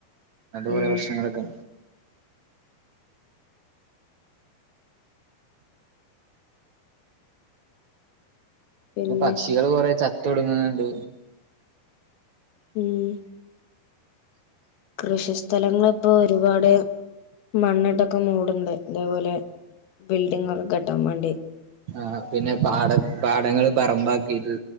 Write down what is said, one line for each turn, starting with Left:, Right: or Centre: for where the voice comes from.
Right: അങ്ങൻത്തെ കുറേ
Left: ഉം
Right: പ്രശനങ്ങളൊക്കെ
Left: പിന്നെ
Right: ന്നെ പക്ഷികള് കൊറെ ചത്തൊടുങ്ങ്ന്ന്ണ്ട്
Left: ഉം കൃഷി സ്ഥലങ്ങൾപ്പോ ഒരുപാട് മണ്ണിട്ടൊക്കെ മൂട്ണ്ട് തേപോലെ ബിൽഡിംങ്ങൊക്കെ കെട്ടാൻ വേണ്ടി
Right: ആഹ് പിന്നെ പാട പാടങ്ങള് പറമ്പാക്കിട്ട്